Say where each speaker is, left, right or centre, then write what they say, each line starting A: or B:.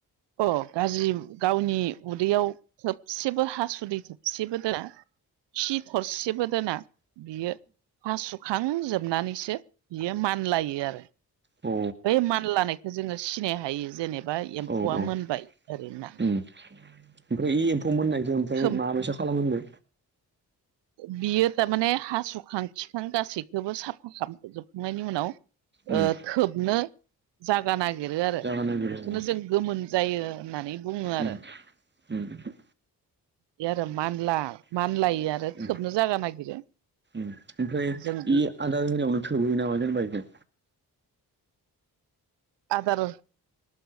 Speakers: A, on the right (about 85°); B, on the right (about 25°).
A: अ गाज्रि गावनि उदैयाव थोबसेबो हासुदै थोबसेबो दोना खि थरसेबो दोना बियो हासुखांजोबनानैसो बियो मानलायो आरो
B: अ <unintelligible> औ
A: बै मानलानायखौ जोङो सिनाय हायो जेनेबा एम्फौआ
B: औ ओम ओमफ्राय
A: मोनबाय ओरैना
B: इ एम्फौ मोननायखो ओमफ्राय
A: थोब
B: माबायसा खालामो होनदो
A: बियो थारमाने हासुखां खिखां गासैखोबो साफा खालामजोबखांनायनि उनाव
B: उम
A: ओ थोबनो जागा नागिरो आरो
B: जागा नागिरो
A: बेखौनो
B: अ
A: जों गोमोन जायो होननानै बुङो आरो
B: उम उम
A: बे आरो मानला मानलायो
B: <unintelligible> ओम
A: आरो थोबनो जागा नागिरो
B: आमफ्राय
A: जों बे
B: इ आदार होनायावनो थोबहोयो नामा जेनबा इखो
A: आदार